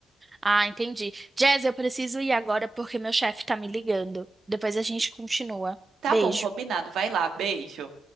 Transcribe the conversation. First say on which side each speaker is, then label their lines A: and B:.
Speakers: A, on the right (about 20°); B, on the right (about 75°).
A: Ah, entendi. Jazz, eu preciso ir agora porque meu chefe tá me ligando. Depois a gente continua.
B: Tá
A: Beijo.
B: bom, combinado. Vai lá, beijo.